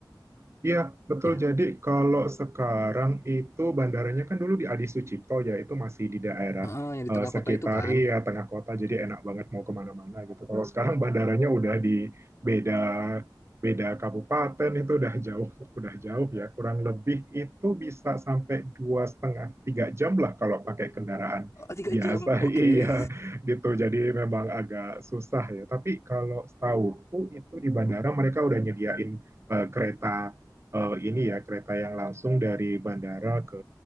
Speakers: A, on the right (about 35°); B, on the left (about 40°).
A: Iya, betul.
B: ya
A: Jadi kalau sekarang itu bandaranya kan dulu di Adi Sucipto ya, itu masih di daerah
B: Ah, yang di
A: eh,
B: tengah
A: sekitar
B: kota itu kan
A: iya tengah kota, jadi enak banget mau kemana-mana gitu. Kalau sekarang bandaranya udah di beda beda kabupaten, itu udah jauh, udah jauh ya. Kurang lebih itu bisa sampai dua setengah tiga jam lah kalau pakai kendaraan
B: Ah, tiga
A: biasa,
B: jam oke
A: <laughs> iya
B: Okay.
A: gitu. Jadi memang agak susah ya. Tapi kalau setahuku itu di bandara mereka udah nyediain eh, kereta eh, ini ya kereta yang langsung dari bandara ke